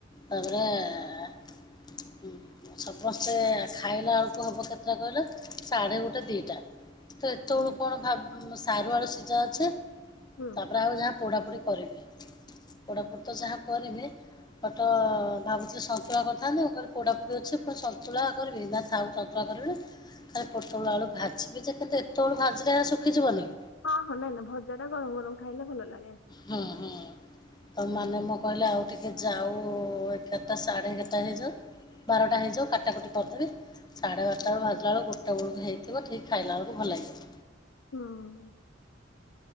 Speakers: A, on the left (about 20°); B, on the left (about 75°).
A: ତାପରେ ହୁଁ। ସମସ୍ତେ ଖାଇଲା ବେଳକୁ ହବ କେତେଟା କହିଲ ସାଢେ ଗୋଟେ ଦି ଟା। ତ ଏତେ
B: ହୁଁ
A: ବଳୁ କଣ ଭା ସାରୁ ଆଳୁ ସିଝା ଅଛି
B: ହୁଁ
A: ତାପରେ ଆଉ ଯାହା ପୋଡା ପୋଡି କରିବି। ପୋଡା ପୋଡି ତ ଯାହା କରିବି ଫଟ ଭାବୁଥିଲେ ସନ୍ତୁଳା କରିଥାନ୍ତ ମୁଁ କହିଲି ପୋଡା ପୋଡି ଅଛି ପୁଣି ସନ୍ତୁଳା କରିବି ନା ଥାଉ ସନ୍ତୁ ସନ୍ତୁଳା କରିବି ଖାଲି ପୋଟଳ ଆଳୁ ଭାଜିବି ଯେ କିନ୍ତୁ ଏତେବେଳୁ ଭାଜିଲେ ସୁଖୀ ଯିବନି।
B: ହଁ ହଁ ନାଇଁ ନାଇଁ ଭଜା ଟା ଗରମ ଗରମ ଖାଇଲେ ଭଲ ଲାଗେ।
A: ହଁ ହଁ। ତ ମାନେ ମୁଁ କହିଲି ଆଉ ଟିକେ ଯାଉ ଏଗାରଟା ସାଢ଼େ ଏଗାରଟା ହେଇଯାଉ ବାରଟା ହେଇଯାଉ କାଟା କଟି କରି ଦେବି ସାଢେ ବାରଟା ବେଳୁ ଭାଜିଲା ବେଳକୁ ଗୋଟେ ବଳକୁ ହେଇଥିବ ଠିକ ଖାଇଲା ବେଳକୁ ଭଲ ଲାଗିବ।
B: ହୁଁ।